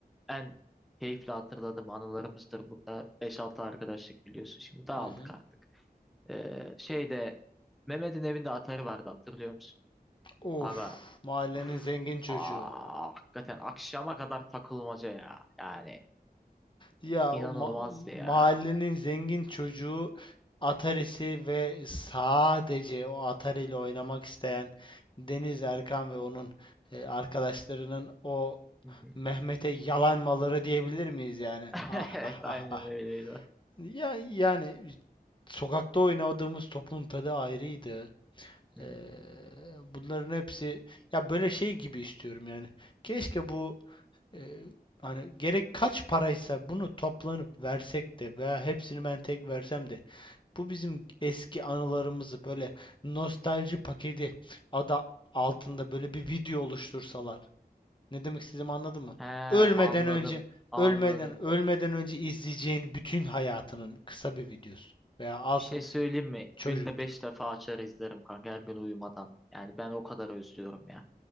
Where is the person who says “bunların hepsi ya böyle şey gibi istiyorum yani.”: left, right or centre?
Left